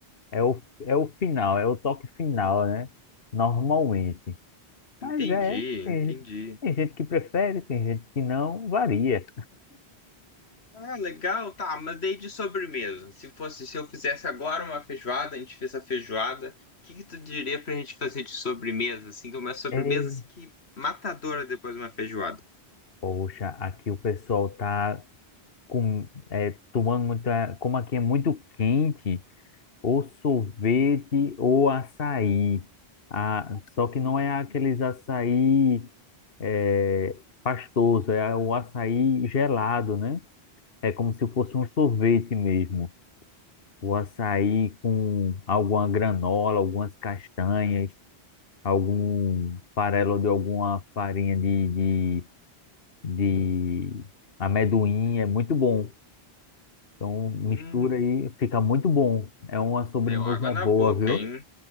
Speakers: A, on the left; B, on the left.
A: É o, é o final, é o toque final, né? Normalmente. Mas
B: Entendi,
A: é,
B: entendi.
A: tem, gente- tem gente que prefere, tem gente que não, varia.
B: Ah, legal, tá, mas daí de sobremesa. Se fosse, se eu fizesse agora uma feijoada, a gente fez a feijoada, o que que tu diria pra gente fazer de sobremesa, assim, que é uma sobremesa
A: É,
B: assim que matadora depois de uma feijoada?
A: poxa, aqui o pessoal tá com, é, tomando muita. Como aqui é muito quente. ou sorvete ou açaí. Ah, só que
B: Hum,
A: não é aqueles açaí é, pastoso, é o açaí gelado, né? É como se fosse um sorvete mesmo. O açaí com alguma granola, algumas castanhas, algum farelo de alguma farinha de, de, de amendoim, é muito bom. Então mistura
B: hum,
A: aí, fica muito bom. É uma sobremesa
B: deu água na
A: boa,
B: boca,
A: viu?
B: hein?